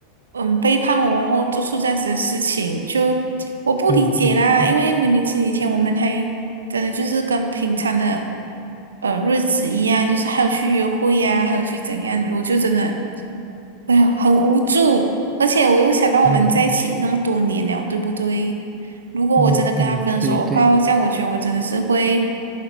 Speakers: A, on the right; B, on the right.
A: 嗯，背叛我，然后做出这样子的事情，就我不理解啦，
B: 嗯嗯嗯
A: 因为明明前几天我们还真的就是跟平常的，呃，日子一样，就是还有去约会呀、还有去怎样，我就真的。哎呀，很无助，而且我又想到我们在一起那么多年了，
B: 嗯
A: 对不对？如果我真的跟他分手的话，
B: 嗯嗯，嗯，对对。
A: 这样我觉得我真的是会